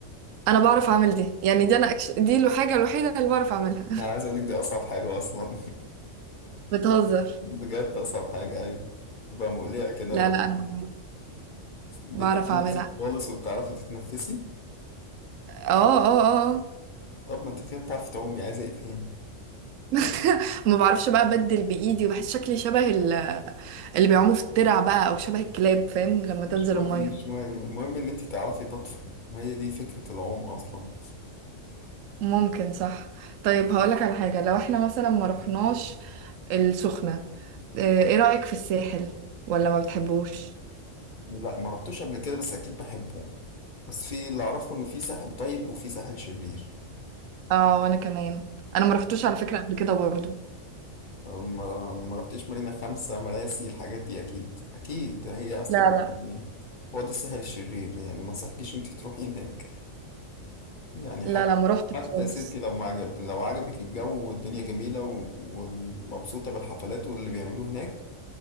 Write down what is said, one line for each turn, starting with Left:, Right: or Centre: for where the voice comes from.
Right: انا بعرف اعمل دي يعني دي انا أكش... دي الحاجة الوحيدة اللي بعرف اعملها
Left: انا عايز اقول لك دي اصعب حاجه اصلا
Right: <laughs> بتهزر
Left: <laughs> بجد اصعب حاجه ايوه تبقى مقلقه كده
Right: لا لا انا بعملها
Left: وبتسيبي
Right: بعرف اعملها
Left: نفسك خالص وبتعرفي تتنفسي
Right: اه اه اه آه.
Left: طب ما انت كده بتعرفي تعومي عايزه ايه تاني
Right: <laughs> ما بعرفش بقى ابدل بايدي بحس شكلي شبه ال- اللي بيعوموا في الترع بقى او شبه الكلاب فاهم لما
Left: مش
Right: تنزل
Left: مهم
Right: الميه
Left: مش مهم المهم ان انت تعرفي تطفي وهي دي فكره العوم اصلا
Right: ممكن صح طيب هقولك على حاجه لو احنا مثلا ما رحناش السخنه آه، ايه رايك في الساحل ولا ما بتحبوش
Left: لا ما رحتوش قبل كده بس اكيد بحبه بس في اللي اعرفه ان في ساحل طيب وفي ساحل شرير
Right: اه وانا كمان انا ما رحتوش على فكره قبل كده برضو
Left: ما ما رحتش مارينا خمسة مراسي الحاجات دي اكيد اكيد هي اصلا
Right: لا لا
Left: يعني هو ده الساحل الشرير يعني ما انصحكيش انت تروحي هناك يعني
Right: لا
Left: حتى
Right: لا ما رحتش
Left: حتى
Right: خالص
Left: يا ستي لو ما عجب لو عجبك الجو والدنيا جميلة و- ومبسوطة بالحفلات واللي بيعملوه هناك